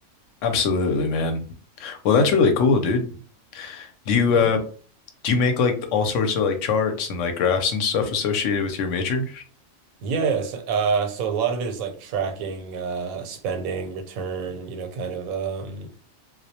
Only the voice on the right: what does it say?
Yeah.
Yeah, yeah. So, uh, so a lot of it is like tracking, uh, spending, return, you know, kind of um,